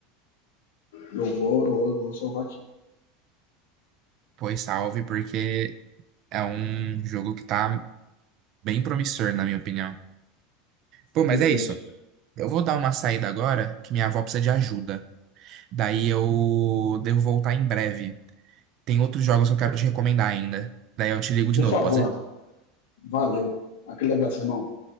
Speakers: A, on the left; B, on the right.
A: eu vou, eu vou salvar aqui.
B: Pois salve, porque é um jogo que tá bem promissor, na minha opinião. Pô, mas
A: Perfeito.
B: é isso. Eu vou dar uma saída agora, que minha avó precisa de ajuda. Daí eu devo voltar em breve. Tem outros jogos que eu quero te recomendar ainda. Daí eu te ligo de
A: Por
B: novo,
A: favor,
B: pode ser?
A: valeu. Aquele abraço, irmão.